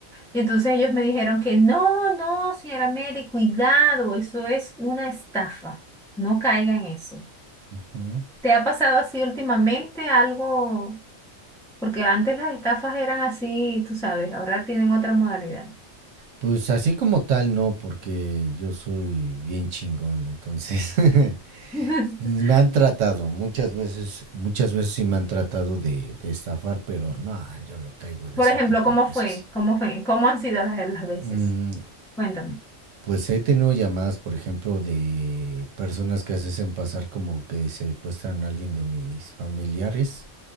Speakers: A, in the centre; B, on the right.
A: Y entonces ellos me dijeron que no, no, señora Mary, cuidado, eso es una estafa. No caiga en eso.
B: Ujú.
A: ¿Te ha pasado así últimamente algo? Porque antes las estafas eran así, tú sabes, ahora tienen otra modalidad.
B: Pues así como tal, no, porque yo soy bien chingón, entonces <laughs>
A: <laughs>
B: me han tratado muchas veces, muchas veces sí me han tratado de, de estafar, pero no, yo no caigo en
A: Por
B: ese
A: ejemplo,
B: tipo
A: ¿cómo
B: de cosas.
A: fue? ¿Cómo fue? ¿Cómo han sido las, las veces?
B: Mm,
A: Cuéntame.
B: pues he tenido llamadas, por ejemplo, de personas que se hacen pasar como que secuestran a alguien de mis familiares